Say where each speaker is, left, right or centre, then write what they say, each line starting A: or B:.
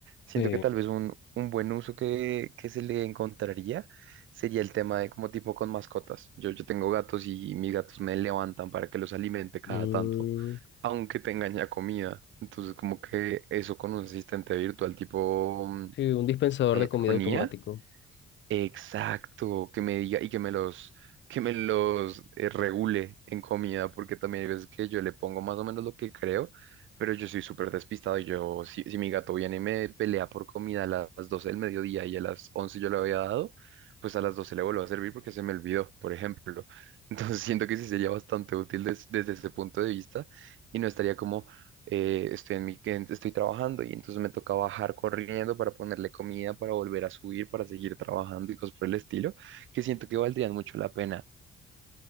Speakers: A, on the right (about 75°); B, on the left (about 65°).
A: Siento
B: Sí.
A: que tal vez un, un buen uso que, que se le encontraría sería el tema de como tipo con mascotas. Yo, yo tengo gatos y mis gatos me levantan para que los alimente cada
B: Mm,
A: tanto, aunque tengan ya comida. Entonces como que eso con un asistente virtual tipo mm,
B: sí, un dispensador
A: eh,
B: de comida
A: con
B: automático.
A: IA Exacto, que me diga y que me los, que me los eh, regule en comida, porque también hay veces que yo le pongo más o menos lo que creo, pero yo soy súper despistado y yo, si, si mi gato viene y me pelea por comida a las 12 del mediodía y a las 11 yo le había dado, pues a las 12 le vuelvo a servir porque se me olvidó, por ejemplo. <laughs> Entonces siento que sí sería bastante útil des- desde ese punto de vista y no estaría como, eh, estoy en mi, en- estoy trabajando y entonces me toca bajar corriendo para ponerle comida, para volver a subir, para seguir trabajando y cosas por el estilo, que siento que valdrían mucho la pena.